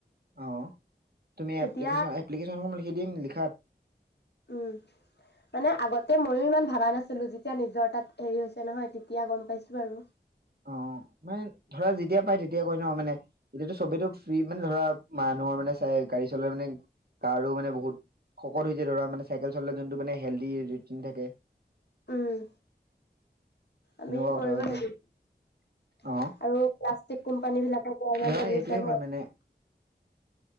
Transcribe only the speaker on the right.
অ তুমি
এপ্লিকেশ্যন এপ্লিকেশ্যনখন লিখ সিদিন লিখাত
অ মানে ধৰা যেতিয়া পাই তেতিয়া কয় ন মানে এতিয়াতো চবটো ফ্ৰী মানে ধৰা মানুহৰ মানে চাই গাড়ী চলাই মানে গাৰো মানে বহুত শকত হৈ যায় ধৰা মানে চাইকেল চলে যোনটো মানে হেল্ডি ট থাকে
সেনেকুৱা
কথা
হয়
ন অ
ধৰা
সেইটোৱে
মানে